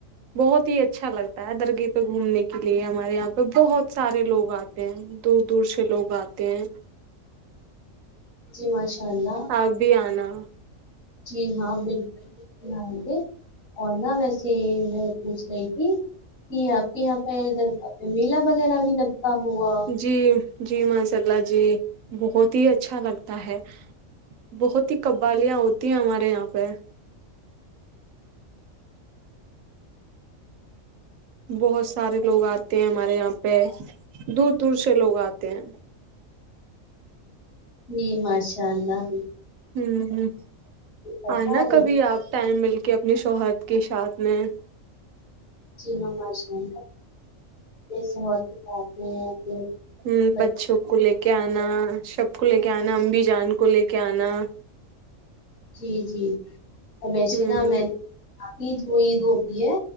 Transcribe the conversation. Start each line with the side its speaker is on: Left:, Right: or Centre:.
Right: بہت ہی اچھا لگتا ہے درگہ پہ گھومنے کے لیے ہمارے یہاں پہ بہت سارے لوگ آتے ہیں دور دور سے لوگ آتے ہیں
Left: جی ماشاء اللہ
Right: اب بھی آنا
Left: جی ہاں بالکل بی آئیں گے اور نہ ویسے میں پوچھ رہی تھی کہ آپ کے یہاں پہ ادھر میلہ وغیرہ بھی لگتا ہوگا
Right: جی جی ماشاء اللہ جی بہت ہی اچھا لگتا ہے بہت ہی قوالیاں ہوتی ہیں ہمارے یہاں پہ بہت سارے لوگ آتے ہیں ہمارے یہاں پہ دور دور سے لوگ آتے ہیں
Left: نی ماشاء اللہ بھی
Right: ہ ہ
Left: بتا
Right: آنا
Left: رہی
Right: کبھی
Left: ہوں۔
Right: آپ ٹائم مل کے اپنے شوہرد کے ساتھ میں
Left: جی ہشنے شہ کتاب میں <inaudible>
Right: ہ
Left: بچے
Right: بچوں کو لے کے آنا سب کو لے کے آنا امبی جان کو لے کے آنا
Left: جی جی ویسے
Right: ہ
Left: نا میں نےنی جو عید ہوتی ہے